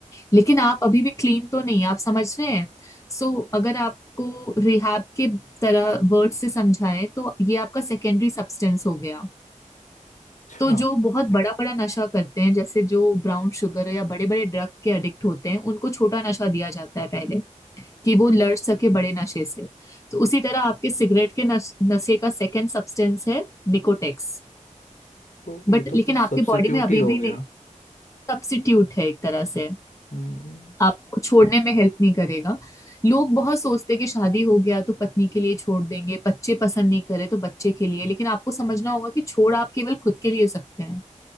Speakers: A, on the left; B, on the left.
A: लेकिन आप अभी भी क्लीन तो नहीं आप समझ रहे हैं सो so, अगर आपको रिहैब के तरह वर्ड से समझाएं तो ये आपका सेकेंडरी सब्सटेंस हो गया
B: अच्छा
A: तो जो बहुत बड़ा बड़ा नशा करते हैं जैसे जो ब्राउन शुगर या बड़े बड़े ड्रग के एडिक्ट होते हैं उनको छोटा नशा दिया जाता है पहले कि वो लड़ सके बड़े नशे से तो उसी तरह आपके सिगरेट के नश, नशे का सेकेंड सब्सटेंस है निकोटेक्स
B: तो
A: बट
B: ये तो
A: लेकिन
B: फिर सब्स्टिट्यूट
A: आपके बॉडी में अभी
B: ही हो
A: भी
B: गया
A: नहीं सब्स्टिट्यूट है एक तरह से
B: हम्म
A: आपको छोड़ने में हेल्प नहीं करेगा लोग बहुत सोचते हैं कि शादी हो गया तो पत्नी के लिए छोड़ देंगे बच्चे पसंद नहीं करे तो बच्चे के लिए लेकिन आपको समझना होगा कि छोड़ आप केवल खुद के लिए सकते हैं